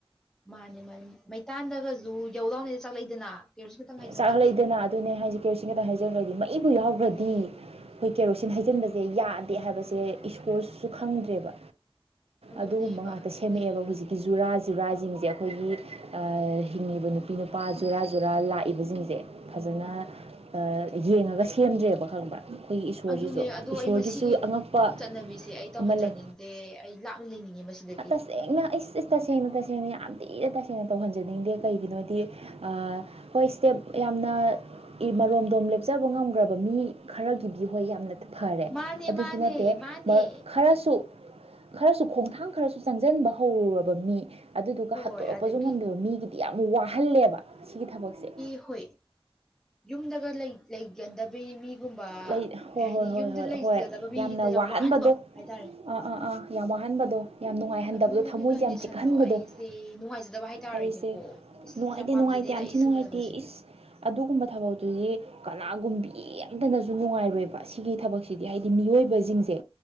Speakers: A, in the centre; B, on the right.
A: ꯃꯥꯅꯤ ꯃꯥꯅꯦ ꯃꯩꯇꯥꯟꯗꯒꯁꯨ ꯌꯧꯗꯥꯎꯅꯤꯗ ꯆꯥꯛꯂꯛꯏꯗꯅ ꯀꯦꯔꯣꯁꯤꯟ ꯈꯤꯇꯪ ꯍꯩꯖꯤꯟꯈ꯭ꯔꯗꯤ
B: ꯆꯥꯛꯍꯜꯂꯛꯏꯗꯅ ꯑꯗꯨꯅꯦ ꯍꯥꯏꯁꯦ ꯀꯦꯔꯣꯁꯤꯟ ꯈꯛꯇꯪ ꯍꯥꯏꯖꯈ꯭ꯔꯗꯤ ꯃꯩꯕꯨ ꯌꯥꯎꯈ꯭ꯔꯗꯤ
A: ꯑꯗꯨꯅꯦ
B: ꯑꯩꯈꯣꯏ ꯀꯦꯔꯣꯁꯤꯟ ꯆꯤꯟꯕꯁꯦ ꯌꯥꯗꯦ ꯍꯥꯏꯕꯁꯦ ꯏꯁꯣꯔꯁꯨ ꯈꯪꯗ꯭ꯔꯦꯕ
A: ꯑꯗꯨꯅꯦꯕ
B: ꯑꯗꯨꯒꯨꯝꯕ ꯉꯥꯛꯇ
A: ꯑꯗꯨꯅꯦ
B: ꯁꯦꯝꯃꯛꯑꯦꯕ ꯍꯧꯖꯤꯛꯀꯤ ꯖꯨꯔꯥ ꯖꯨꯔꯥꯁꯤꯡꯁꯦ ꯑꯩꯈꯣꯏꯒꯤ ꯍꯤꯡꯉꯤꯕ ꯅꯨꯄꯤ ꯅꯨꯄꯥ ꯖꯨꯔꯥ ꯖꯨꯔꯥ ꯂꯥꯛ ꯏꯕꯁꯤꯡꯁꯦ ꯐꯖꯅ ꯌꯦꯡꯉꯒ ꯁꯦꯝꯗ꯭ꯔꯦꯕ ꯈꯪꯕ꯭ꯔꯥ ꯑꯩꯈꯣꯏꯒꯤ
A: ꯑꯗꯨꯅꯦ
B: ꯏꯁꯣꯔꯁꯤꯁꯨ
A: ꯑꯗꯣ
B: ꯏꯁꯣꯔꯒꯤꯁꯨ
A: ꯑꯩ ꯃꯁꯤꯒꯤ
B: ꯑꯉꯛꯄ
A: ꯆꯠꯅꯕꯤꯁꯦ ꯑꯩ ꯇꯧꯍꯟꯖꯅꯤꯡꯗꯦ
B: ꯑꯃ ꯂꯩ
A: ꯑꯩ ꯂꯥꯞꯅ ꯂꯩꯅꯤꯡꯉꯦ ꯃꯁꯤꯗꯒꯤ
B: ꯇꯁꯦꯡꯅ ꯏꯁ ꯏꯁ ꯇꯁꯦꯡꯅ ꯇꯁꯦꯡꯅ ꯌꯥꯝ ꯊꯤꯅ ꯇꯁꯦꯡꯅ ꯇꯧꯍꯟꯖꯅꯤꯡꯗꯦ ꯀꯩꯒꯤꯅꯣꯗꯤ ꯍꯣꯏ ꯁ꯭ꯇꯦꯞ ꯌꯥꯝꯅ ꯃꯔꯣꯝꯗꯣꯝ ꯂꯦꯞꯆꯕ ꯉꯝꯈ꯭ꯔꯕ ꯃꯤ ꯈꯔꯒꯤꯗꯤ ꯍꯣꯏ ꯌꯥꯝꯅ ꯐꯔꯦ
A: ꯃꯥꯅꯦ
B: ꯑꯗꯨꯁꯨ
A: ꯃꯥꯅꯦ
B: ꯅꯠꯇꯦ
A: ꯃꯥꯅꯦ
B: ꯈꯔꯁꯨ ꯈꯔꯁꯨ ꯈꯣꯡꯊꯥꯡ ꯈꯔꯁꯨ ꯆꯪꯁꯤꯟꯕ ꯍꯧꯔꯨꯔꯕ ꯃꯤ ꯑꯗꯨꯗꯨꯒ
A: ꯍꯣꯏ
B: ꯍꯠꯇꯣꯔꯛꯄꯁꯨ
A: ꯑꯗꯒꯤ
B: ꯉꯝꯗꯕ ꯃꯤꯒꯤꯗꯤ ꯌꯥꯝ ꯋꯥꯍꯜꯂꯦꯕ ꯁꯤꯒꯤ ꯊꯕꯛꯁꯦ
A: ꯍ ꯌꯨꯝꯗꯒ ꯂꯩ ꯂꯩꯒꯟꯗꯕꯒꯤ ꯃꯤ ꯑꯗꯨꯒꯨꯝꯕ
B: ꯂꯩ ꯍꯣꯏ
A: ꯀꯩ
B: ꯍꯣꯏ
A: ꯍꯥꯏꯅꯤ
B: ꯍꯣꯏ
A: ꯌꯨꯝꯗ
B: ꯍꯣꯏ
A: ꯂꯩꯖꯗꯕ
B: ꯍꯣꯏ
A: ꯃꯤꯗ
B: ꯌꯥꯝꯅ ꯋꯥꯍꯟꯕꯗꯣ
A: ꯌꯥꯝ ꯋꯥꯍꯟꯕ ꯍꯥꯏꯇꯥꯔꯦ
B: ꯑꯥ ꯑꯥ ꯑꯥ ꯌꯥꯝ ꯋꯥꯍꯟꯕꯗꯣ ꯌꯥꯝ ꯅꯨꯡꯉꯥꯏꯍꯟꯗꯕꯗꯣ
A: ꯑꯗꯨꯒꯤ
B: ꯊꯃꯣꯏꯁꯦ
A: ꯀꯟꯗꯤꯁꯟꯗꯣ
B: ꯌꯥꯝ ꯆꯤꯛꯍꯟꯕꯗꯣ
A: ꯑꯩꯁꯦ ꯅꯨꯡꯉꯥꯏꯖꯗꯕ ꯍꯥꯏꯇꯥꯔꯦ
B: ꯑꯩꯁꯦ
A: ꯀꯣ ꯑꯁ
B: ꯅꯨꯡꯉꯥꯏꯇꯦ
A: ꯌꯥꯝ ꯄꯥꯝꯖꯗꯦꯗ
B: ꯅꯨꯡꯉꯥꯏꯇꯦ ꯌꯥꯝ
A: ꯑꯩꯁꯨꯃ
B: ꯊꯤ ꯅꯨꯡꯉꯥꯏꯇꯦ
A: ꯍꯥꯏꯁꯤꯗꯤꯦ
B: ꯏꯁ ꯑꯗꯨꯒꯨꯝꯕ ꯊꯕ ꯑꯗꯨꯗꯤ ꯀꯂꯥꯒꯨꯝꯕꯤ ꯑꯝꯇꯅꯁꯨ ꯅꯨꯡꯉꯥꯏꯔꯣꯏꯕ ꯁꯤꯒꯤ ꯊꯕꯛꯁꯤꯗꯤ ꯍꯥꯏꯗꯤ ꯃꯤꯑꯣꯏꯕꯁꯤꯡꯁꯦ